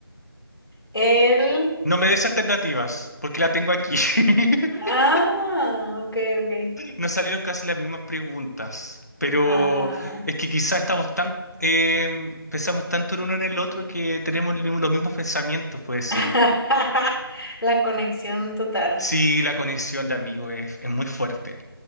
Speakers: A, on the left; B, on the left.
A: El,
B: No me des alternativas, porque la tengo aquí. <laughs>
A: ah, ok, ok.
B: Nos salieron casi las mismas preguntas, pero
A: Ah.
B: es que quizás estamos tan... eh, pensamos tanto en uno en el otro que tenemos el mismo- los mismos pensamientos, puede ser.
A: <laughs> La conexión total,
B: Sí, la conexión de amigos es, es muy fuerte.